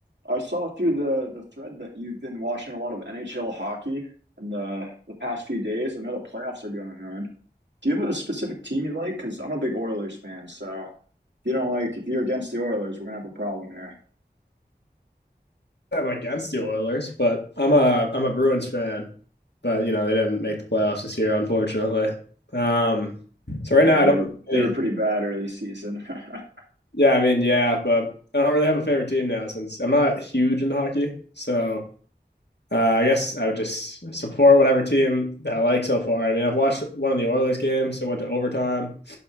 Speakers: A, on the right (about 80°); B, on the left (about 70°).
A: I saw through the the thread that you've been watching a lot of NHL hockey in the the past few days. I know the playoffs are going on. Do you have a specific team you like? Because I'm a big Oilers fan, so if you don't like if you're against the Oilers, we're gonna have a problem here.
B: I'm against the Oilers, but I'm a I'm a Bruins fan. But you know they didn't make the playoffs this year, unfortunately. Um, so right
A: Yeah,
B: now
A: they
B: I don't.
A: were
B: Really,
A: they were pretty bad early season. <laughs>
B: yeah, I mean, yeah, but I don't really have a favorite team now since I'm not huge into hockey. So uh, I guess I would just support whatever team that I like so far. I mean, I've watched one of the Oilers games. I went to overtime.